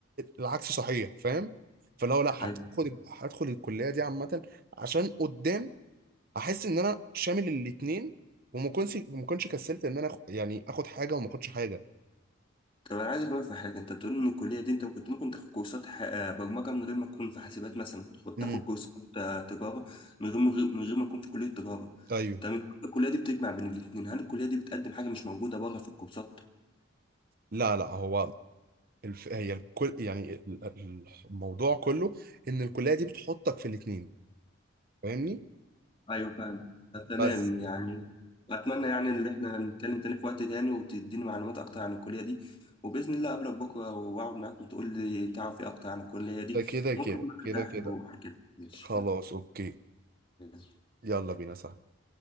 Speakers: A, on the right (about 45°); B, on the left (about 25°).
A: العكس صحيح فاهم فاللي هو لا حبيت
B: أيوة
A: اخد هدخل الكليه دي عامه عشان قدام احس ان انا شامل الاتنين وما كنتش ما كنتش كسلت ان انا آخ- يعني اخد حاجه وما اخدش حاجه
B: طب انا عايز اكلمك في حاجه انت بتقول ان الكليه دي انت كنت ممكن تاخد كورسات ح- آه، برمجه من غير ما تكون في حاسبات مثلا كنت
A: امم
B: تاخد كورسات آه، تجاره من غير من غير من غير ما تكون في كليه تجاره
A: ايوه
B: طب انت الكليه دي بتجمع بين الاثنين هل الكليه دي بتقدم حاجه مش موجوده بره في الكورسات
A: لا لا هو الف... هي الكل يعني ال- ال- الموضوع كله ان الكليه دي بتحطك في الاتنين فاهمني
B: ايوه فاهم طب تمام
A: بس
B: يعني اتمنى يعني ان احنا نتكلم تاني في وقت تاني وتديني معلومات اكتر عن الكليه دي وباذن الله اقابلك بكره واقعد معاك وتقول لي تعرف ايه اكتر عن الكليه دي
A: ده كده كده
B: ممكن بقى
A: كده
B: ده احبه
A: كده
B: بعد كده ماشي
A: خلاص
B: يلا
A: اوكي
B: يلا.
A: يلا بينا صح